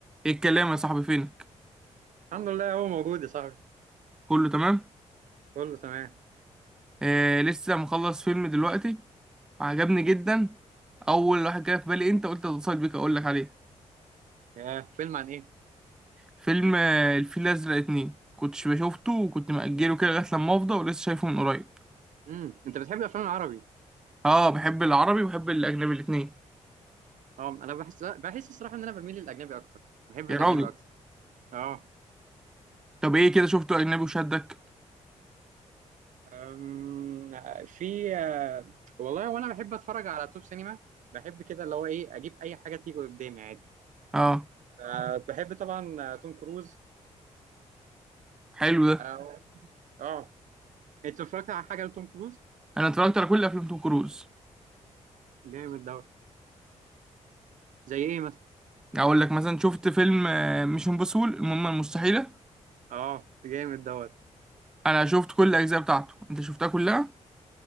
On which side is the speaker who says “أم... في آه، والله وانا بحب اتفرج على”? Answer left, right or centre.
Right